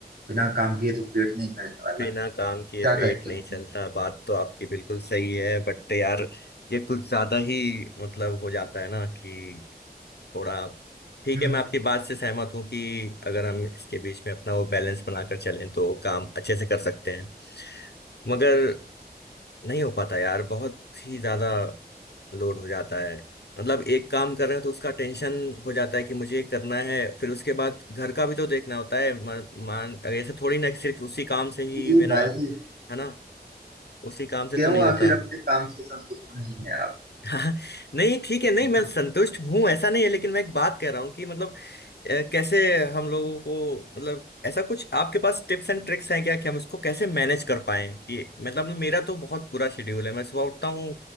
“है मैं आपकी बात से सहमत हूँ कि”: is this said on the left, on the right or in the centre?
Left